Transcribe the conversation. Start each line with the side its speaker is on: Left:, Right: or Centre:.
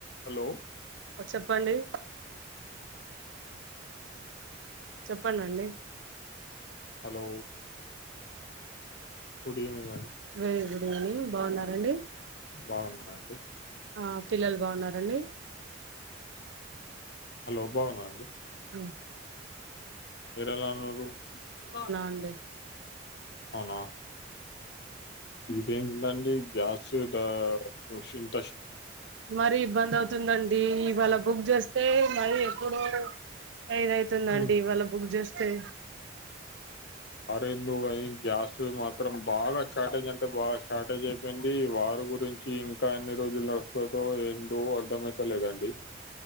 Left: Hello
Right: చెప్పండి చెప్పండి అండి
Left: హలో గుడ్ ఈవినింగ్ అండి
Right: వెరీ గుడ్ ఈవెనింగ్ బాగున్నారండి?
Left: బాగున్న అండి
Right: ఆ పిల్లలు బాగున్నరా అండి
Left: హలో బాగున్న అండి
Right: మ్
Left: మీరేలా ఉన్నారు. బాగున్న
Right: అండి
Left: అవునా ఈ టైంలా అండి గ్యాస్ గిట <unintelligible>
Right: మరి ఇబ్బంది అవుతుందండి ఇవాళ బుక్ చేస్తే మాది ఎప్పుడో ఐదవుతుందండి
Left: హ్మ్.
Right: ఇవాళ బుక్ జేస్తె
Left: ఏందో గాని గ్యాస్ మాత్రం బాగా షార్టేజ్ అంటే బాగా షార్టేజ్ అయిపోయింది వార్ గురిం చి ఇంకా అన్ని రోజులు నడుస్తతో ఎందో అర్ధంమయితలేదండి